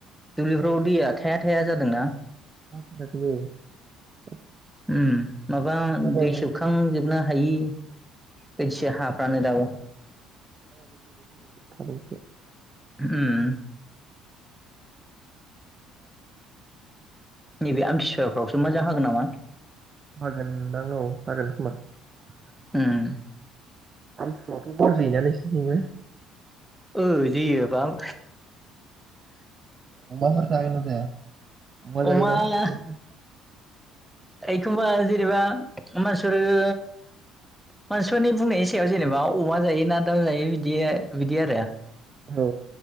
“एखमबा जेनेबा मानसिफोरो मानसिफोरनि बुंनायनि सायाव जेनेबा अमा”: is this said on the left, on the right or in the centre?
Centre